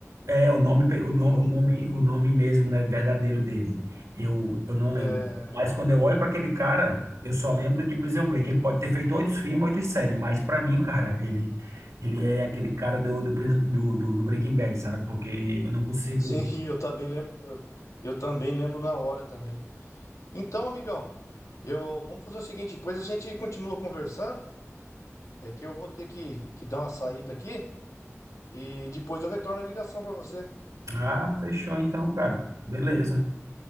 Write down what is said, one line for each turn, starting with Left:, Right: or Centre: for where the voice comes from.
Right: É, o nome, pe- o nome,
Left: com-
Right: o nome, o nome mesmo, né, verdadeiro dele. Eu, eu não lembro.
Left: é,
Right: Mas quando eu olho para aquele cara, eu só lembro de Prison Break. Ele pode ter feito oito filmes, oito séries, mas para mim, cara, ele, ele é aquele cara do, do, Pris- do, do- do Breaking Bad, sabe? Porque eu não consigo.
Left: sim, <laughs> eu também lembro. Eu, eu também lembro na hora também. Então, amigão, eu vamos fazer o seguinte, depois a gente continua conversando. É que eu vou ter que, que dar uma saída aqui e depois eu retorno a ligação pra você.
Right: Ah, fechou então, cara. Beleza.